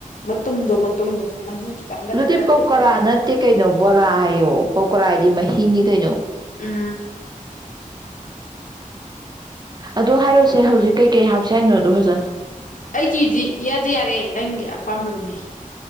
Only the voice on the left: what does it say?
ꯃꯇꯨꯝꯗꯣ ꯃꯇꯨꯝꯗꯣ ꯃꯍꯤ ꯈꯤꯇꯪꯒ
ꯊꯥꯗꯔ
ꯄꯣꯞꯐꯜ ꯇꯧ
ꯎꯝ
ꯑꯩꯒꯤꯗꯤ ꯏꯌꯥꯗ ꯌꯥꯔꯦ ꯅꯪꯒꯤ ꯑꯄꯥꯝꯕꯗꯨꯅꯤ